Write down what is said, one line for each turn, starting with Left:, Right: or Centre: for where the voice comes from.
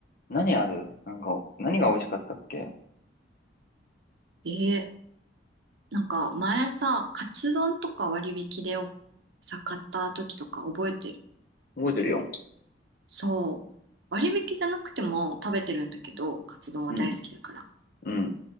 Left: 何あるなんか、何が美味しかったっけ
Right: ええなんか前さ、カツ丼とか割引でおさ、買った時とか覚えてる。
Left: 覚えてるよ。
Right: そう。割引じゃなくても食べてるんだけど、カツ丼は大好きだから。
Left: うん、うん、